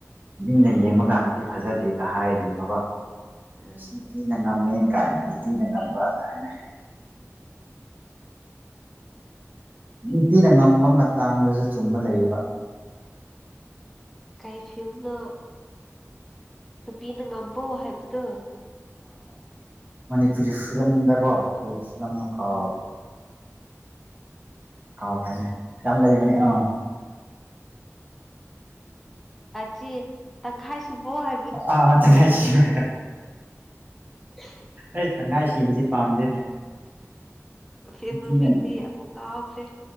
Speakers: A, on the right (about 35°); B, in the centre.
A: ꯃꯤꯅ ꯌꯦꯡꯕ ꯀꯥꯟꯗꯗꯤ ꯐꯖꯗꯦꯒ ꯍꯥꯏꯔꯤꯅꯦꯕꯀꯣ
B: ꯑꯥ
A: ꯅꯨꯄꯤꯅ ꯉꯝꯃꯦ ꯀꯥꯏꯅ ꯅꯨꯄꯤꯅ ꯉꯝꯕ ꯀꯥꯏꯅ ꯅꯨꯄꯤꯅ ꯉꯝꯕ ꯃꯇꯥꯡꯗꯁꯨ ꯆꯨꯝꯕ ꯂꯩꯌꯦꯕ
B: ꯀꯩ ꯐꯤꯝꯅꯣ ꯅꯨꯄꯤꯅ ꯉꯝꯕꯣ ꯍꯥꯏꯕꯗꯣ
A: ꯃꯅꯤꯄꯨꯔꯤ ꯐꯤꯂꯝꯗꯀꯣ ꯀꯔꯤ ꯐꯤꯂꯝꯅꯣ ꯀꯥꯎ ꯀꯥꯎꯈ꯭ꯔꯦꯅꯦ ꯌꯥꯝ ꯂꯩꯕꯅꯦ ꯑꯥ
B: ꯆ ꯇ ꯈꯥꯏꯁꯤꯕꯣ ꯍꯥꯏ
A: ꯑꯥ ꯆ ꯀꯥꯏꯁꯤꯕ
B: ꯑꯦ
A: ꯑꯩ ꯁꯪꯒꯥꯏ ꯁꯤꯕꯗꯤ ꯄꯥꯝꯗꯦ
B: ꯐꯦ
A: ꯅꯨꯄꯤꯅ
B: ꯃꯃꯤꯡꯗꯤ ꯑꯃꯨꯛ ꯀꯥꯎꯈ꯭ꯔꯦ